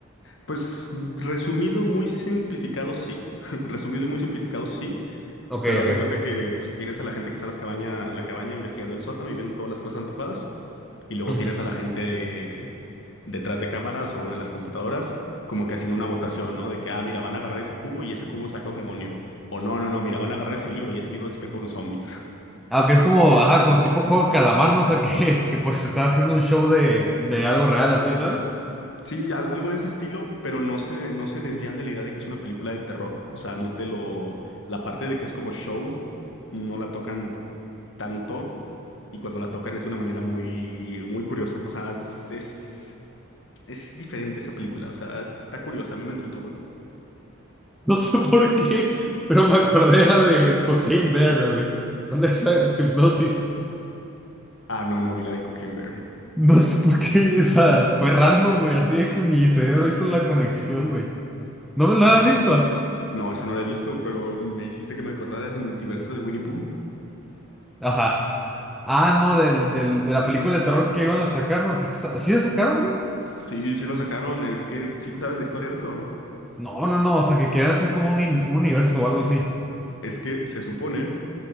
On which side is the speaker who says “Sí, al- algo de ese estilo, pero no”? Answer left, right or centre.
Left